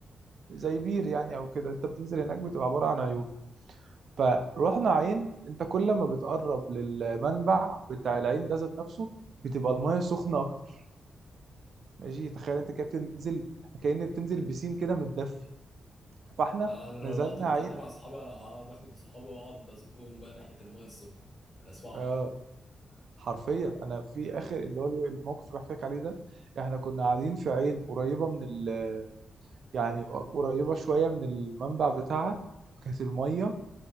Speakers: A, on the right; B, on the left.
A: زي بير يعني او كده انت بتنزل هناك بتبقى عباره عن عيون فروحنا عين انت كل ما بتقرب للمنبع بتاع العين ده ذات نفسه بتبقى المايه سخنه اكتر ماشي تخيل انت كده بتنزل كأن بتنزل بسين كده متدفي فاحنا
B: طبعا أنا لو
A: نزلنا
B: رحت البتاع
A: عين
B: دي مع أصحابي هقعد آخد صحابي وأقعد أزقهم بقى ناحية المية السخنة أنا أسمعهم
A: اه حرفيا انا في اخر اللي هو اليو- الموقف اللي بحكي لك عليه ده احنا كنا قاعدين في عين قريبه من ال... يعني قريبه شويه من المنبع بتاعها كانت الميه